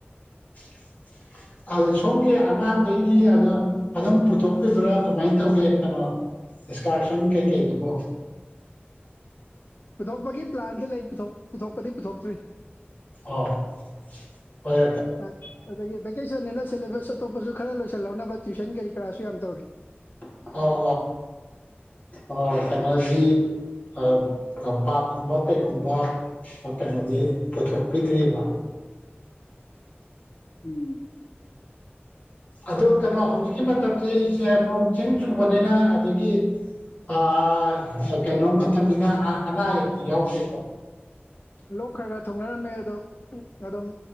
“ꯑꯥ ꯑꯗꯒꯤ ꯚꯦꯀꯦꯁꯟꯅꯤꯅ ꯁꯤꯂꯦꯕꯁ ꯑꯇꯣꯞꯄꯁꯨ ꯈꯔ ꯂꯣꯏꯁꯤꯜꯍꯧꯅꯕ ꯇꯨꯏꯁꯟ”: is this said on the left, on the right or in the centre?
Left